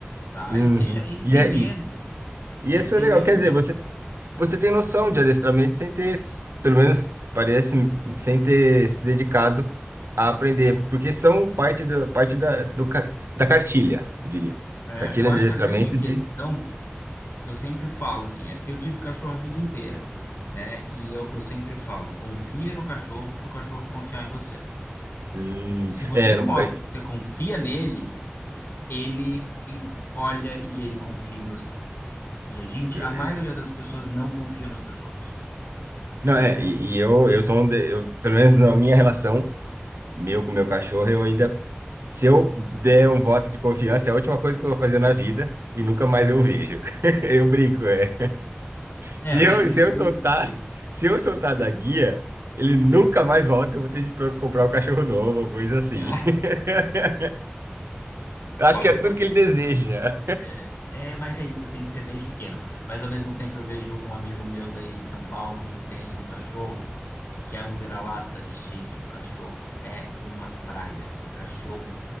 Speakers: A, on the left (about 60°); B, on the right (about 80°).
A: Vai,
B: Uhum.
A: deixa, eles
B: E,
A: têm
B: é-
A: medo.
B: E
A: Eles
B: isso
A: têm
B: é legal.
A: medo
B: Quer dizer,
A: de
B: você, você tem noção de adestramento sem ter, s- pelo menos parece, sem ter se dedicado a aprender, porque são parte da, parte da, do, ca- da cartilha, eu diria.
A: é,
B: Cartilha
A: eu acho
B: de adestramento
A: que a grande questão
B: diz.
A: que eu sempre falo assim, é porque eu tive cachorro a vida inteira, né? E é o que eu sempre falo, confia no cachorro para o cachorro confiar em você.
B: Hum,
A: Se você
B: é, não,
A: mostra
B: mas-
A: que você confia nele, ele e- olha e ele confia em você. E a gente,
B: é,
A: a maioria das pessoas não confia nos cachorros,
B: não,
A: né?
B: é, e, e eu, eu sou um, de- eu, pelo menos na minha relação, meu com meu cachorro, eu ainda, se eu der um voto de confiança, é a última coisa que eu vou fazer na vida e nunca mais eu vejo. <laughs> Eu brinco, é.
A: É,
B: Se
A: mas
B: eu,
A: isso
B: se eu
A: desde
B: soltar,
A: pequeno.
B: se eu soltar da guia, ele nunca mais volta, eu vou ter de pro- comprar um cachorro novo, ou coisa assim.
A: <laughs> Ah,
B: <laughs> Eu acho
A: Pode
B: que é
A: acontecer.
B: tudo que ele deseja.
A: É, é, mas é isso, tem que ser desde pequeno. Mas ao mesmo tempo eu vejo um amigo meu daí de São Paulo que tem um cachorro que é um vira-lata. Gente, o cachorro é uma praga. O cachorro,